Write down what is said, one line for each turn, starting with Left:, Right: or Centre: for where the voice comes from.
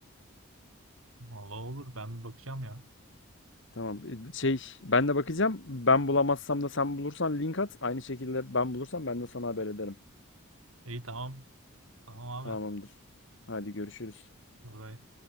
Right: Vallahi olur. Ben bir bakacağım ya.
Left: Tamam. e, Şey, ben de bakacağım. Ben bulamazsam da sen bulursan link at. Aynı şekilde ben bulursam ben de sana haber ederim.
Right: İyi tamam. Tamam
Left: Tamamdır.
Right: abi.
Left: Hadi görüşürüz.
Right: Bye bye.